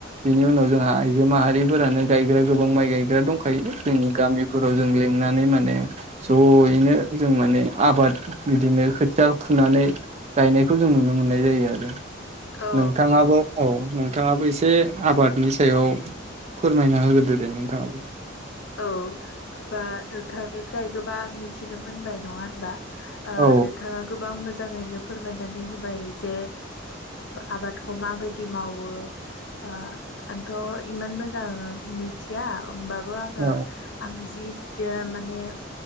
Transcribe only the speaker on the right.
बिनि उनाव जोंहा आइजो माहारिफोरानो गायग्रा गोबां माइ गायग्रा दंखायो जोंनि गामिफोराव जों लिंनानै माने ज'यैनो जों माने आबाद बिदिनो खोथिया फुनानै गायनायखौ जों नुनो मोननाय जायो आरो
नोंथांङाबो औ नोंथांङाबो एसे आबादनि सायाव फोरमायना होग्रोदो दे नोंथाङाबो
औ
औ